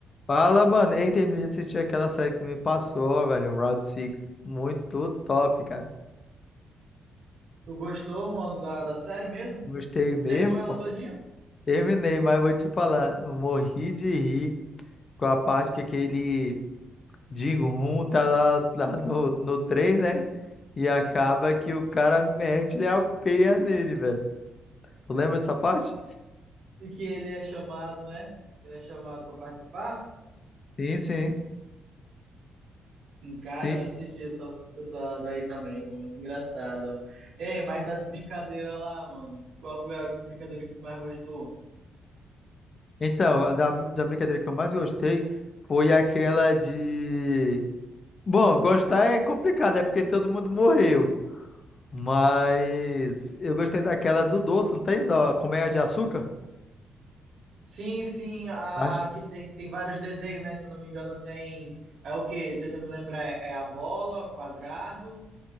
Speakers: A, on the left; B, on the right.
A: Fala, mano. Ei, terminei de assistir aquela série que tu me passou, velho. Round Six Muito top, cara.
B: Tu gostou, mano, da, da série mesmo?
A: Gostei mesmo,
B: Terminou ela
A: pô.
B: todinha?
A: Terminei, mas vou te falar. eu morri de rir com a parte que aquele Jin-Hoon tá lá, lá no, no trem, né? E acaba que o cara mete-lhe a peia nele, velho. Tu lembra dessa parte?
B: E que ele é chamado, né? Ele é chamado pra participar?
A: Sim, sim.
B: Hum, Cara,
A: sim.
B: eu assisti essa, essa daí também, foi muito engraçado, ó. Ei, mas das brincadeiras lá, mano, qual foi a brincadeira que tu mais gostou?
A: Então, a da, da brincadeira que eu mais gostei foi aquela de. Bom, gostar é complicado, é porque todo mundo morreu. Mas eu gostei daquela do doce, não tem? Da Colmeia de Açúcar?
B: Sim, sim, a
A: Acho-
B: que tem, tem vários desenhos, né? Se eu não me engano, tem. É o quê? Tenta me lembrar, é é a bola, quadrado,